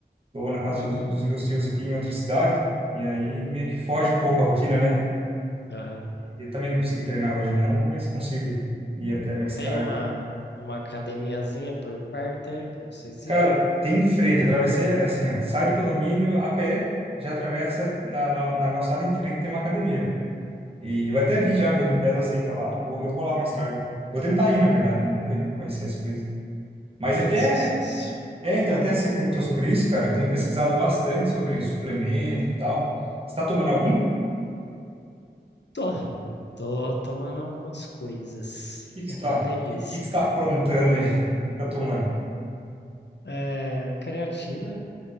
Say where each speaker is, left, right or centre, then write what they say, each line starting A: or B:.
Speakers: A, on the right; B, on the left.
A: Tô na casa
B: Uhum.
A: dos dos meus tios aqui em outra cidade. E aí meio que foge um pouco a rotina, né?
B: aham.
A: Eu também não consegui treinar hoje, não. Vou ver se consigo ir até mais
B: Não tem
A: tarde.
B: uma, uma academiazinha por perto aí pra vocês
A: Cara,
B: irem?
A: tem em frente. Atravessei, assim, ó. Sai do condomínio a pé, já atravessa na, na, na calçada em frente, tem uma academia. E eu até vi já, meu Game Pass aceita lá. Vou- eu vou lá mais tarde. Vou tentar ir, na verdade,
B: Boa.
A: né? Vamos ver como vai ser as coisas. Mas
B: Aí
A: até,
B: é sucesso.
A: é, então, até você comentou sobre isso, cara. Eu tenho pesquisado bastante sobre suplemento e tal. Você está tomando algum? O
B: Tô. Tô tomando algumas coisas.
A: que que
B: <laughs>
A: você está,
B: Nada é lícito.
A: que, que que você está aprontando aí? <laughs> Tá tomando?
B: É, creatina,